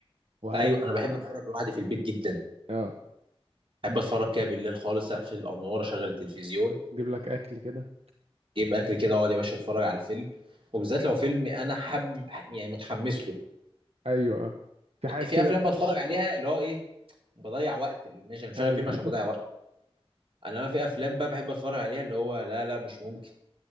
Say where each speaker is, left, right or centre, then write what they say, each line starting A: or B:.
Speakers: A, on the right; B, on the right.
A: وهركن
B: ايوه انا بحب اتفرج لوحدي في البيت جدا
A: اه
B: بحب اتفرج كده بالليل خالص اقفل الانوار اشغل التلفزيون
A: جيب لك اكل كده
B: اجيب اكل كده واقعد يا باشا اتفرج على الفيلم وبالذات لو فيلم انا حب يعني متحمس له
A: ايوه آه. في حاجات
B: في
A: كده
B: افلام بتفرج عليها اللي هو ايه بضيع وقت اللي ماشي انا مشغل
A: ايوه
B: فيلم عشان
A: <laughs>
B: بضيع وقت انا ما في افلام بقى بحب اتفرج عليها اللي هو لا لا مش ممكن